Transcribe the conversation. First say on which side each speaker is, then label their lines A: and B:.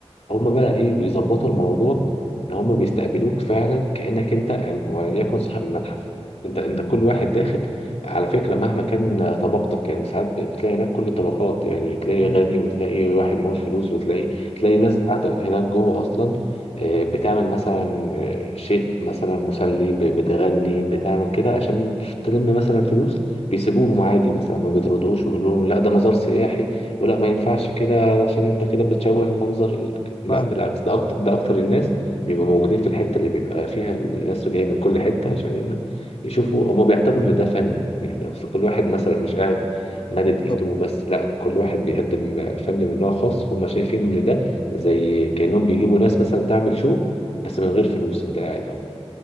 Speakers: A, on the left (about 70°); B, on the left (about 50°).
A: هما بقى ايه بيظبطوا الموضوع ان هما بيستقبلوك فعلا كانك انت أم- وليكن صاحب المتحف انت انت كل واحد داخل على فكره مهما كان طبقتك يعني ساعات بتلاقي هناك كل الطبقات يعني تلاقي
B: مم.
A: غني وتلاقي واحد معهوش فلوس وتلاقي تلاقي ناس قاعده هناك جوه اصلا آه، بتعمل مثلا آه، شيء مثلا مسلي ب- بتغني بتعمل كده عشان تلم مثلا فلوس بيسيبوهم عادي مثلا ما بيطردوش ويقولوا لهم لا ده مزار سياحي ولا ما ينفعش كده علشان انت كده بتشوه المنظر لا
B: فاهمه
A: بالعكس ده اكتر ده اكتر الناس بيبقوا موجودين في الحته اللي بيبقى فيها الناس جايه من كل حته عشان يشوفوا هما بيعتبروا ان ده فن يعني اصل كل واحد مثلا مش قاعد مدد
B: بالظبط
A: ايده وبس لا كل واحد بيقدم فن من نوع خاص فهم شايفين ان ده زي كانهم بيجيبوا ناس مثلا تعمل شو بس من غير فلوس انت قاعد اهو